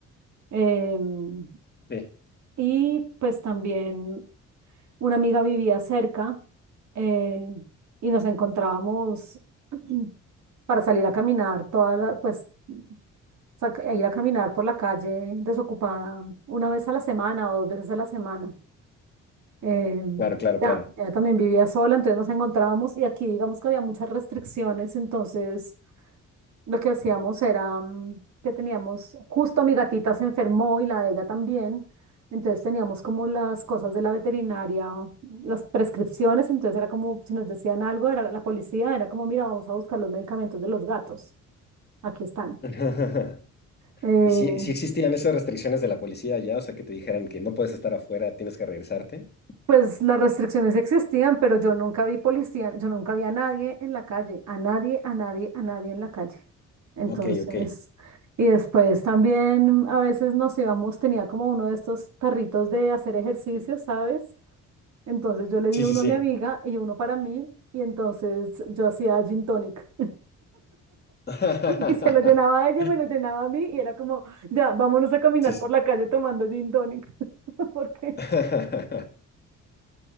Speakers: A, on the right; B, on the left.
A: em,
B: Sí.
A: y pues también una amiga vivía cerca eh, y nos encontrábamos <clears throat> para salir a caminar, toda la- pues sa- a ir a caminar por la calle desocupada una vez a la semana o dos veces a la semana. Em,
B: Claro, claro,
A: ya,
B: claro.
A: ella también vivía sola, entonces nos encontrábamos y aquí digamos que había muchas restricciones, entonces Lo que hacíamos era mm, que teníamos, justo mi gatita se enfermó y la de ella también, entonces teníamos como las cosas de la veterinaria, las prescripciones, entonces era como si nos decían algo, era la policía, era como, mira, vamos a buscar los medicamentos de los gatos, aquí están.
B: <laughs>
A: Eh,
B: ¿Y sí, sí existían esas restricciones de la policía allá? O sea, que te dijeran que no puedes estar afuera, tienes que regresarte.
A: Pues las restricciones existían, pero yo nunca vi policía, yo nunca vi a nadie en la calle, a nadie, a nadie, a nadie en la calle. Entonces,
B: Ok, ok.
A: y después también a veces nos íbamos, tenía como uno de estos tarritos de hacer ejercicio, ¿sabes? Entonces yo le di
B: Sí,
A: uno
B: sí, sí.
A: a mi amiga y uno para mí, y entonces yo hacía gin tonic
B: <laughs>
A: <laughs> y se lo llenaba a ella y me lo llenaba a mí, y era como, ya, vámonos a caminar
B: Sí. sí.
A: por la calle tomando gin tonic, <laughs> porque,
B: <laughs>